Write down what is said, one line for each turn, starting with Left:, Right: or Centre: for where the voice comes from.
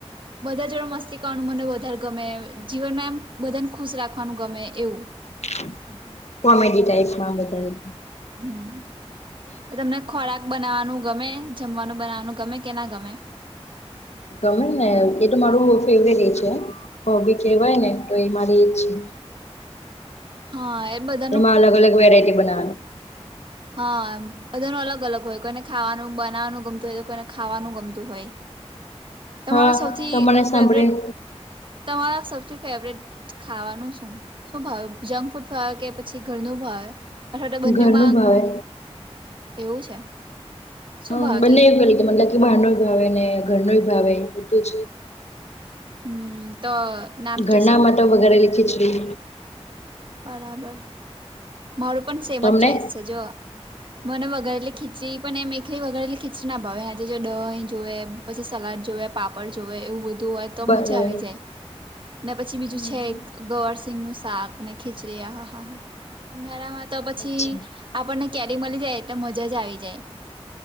Right: બધા જોડે મસ્તી કરવાનું મને વધારે ગમે જીવનમાં એમ બધાને ખુશ રાખવાનું ગમે એવું
Left: <unintelligible> કોમેડી ટાઈપમાં બધુંય
Right: હમ તમને ખોરાક બનાવવાનું ગમે જમવાનું બનાવાનું ગમે કે ના ગમે
Left: ગમે ને એ તો મારું ફેવરેટ એ છે હોબી કેહેવાય ને તો એ મારી એજ છે
Right: હા એ બધા
Left: એમાં અલગ અલગ વેરાયટી બનાવાનું.
Right: હા બધાનું અલગ અલગ હોય કોઈને ખાવાનું, બનાવાનું ગમતું હોય તો, કોઈને ખાવાનું ગમતું હોય. તમારો
Left: હા
Right: સૌથી
Left: તો મને સાંભળી
Right: ફેવરેટ તમારા સૌથી ફેવરેટ ખાવાનું શું? શું ભાવે જંક ફૂઠ ભાવે કે પછી ઘરનું ભાવે? અથવા તો બંનેમાં
Left: ઘરનું ભાવે
Right: એવું છે? શું
Left: હમ્મ
Right: ભાવ
Left: બંને
Right: તો
Left: એવ કરે કે મતલબ કે ભાંડન કરે ને ઘર નું ઈ ભાવે બધું જ.
Right: હમ તો નામ
Left: ઘરના
Right: કેશો
Left: માટે વગેરેલી ખીચડી.
Right: બરાબર મારું પણ સેમ
Left: તમને
Right: જ ચોઈસ છે જો. મને વગરે એટલી ખીચી પણ એમ એકલી વગર એટલી ખીચડી ના ભાવે આજે જો દહીં જોએ. પછી સલાડ જોએ પાપડ જોવેએ એવું બધું હોય. તો
Left: બરાબર
Right: મજા આવી જાય ને પછી બીજું
Left: હમ
Right: છે એક. ગવર સિંગ નું શાક ને ખીચડી હા હા હા હા ઉનાળા માં તો પછી.
Left: અચ્છા
Right: આપણને કેરી મળી જાય, એટલે મજા જ આવી જાય!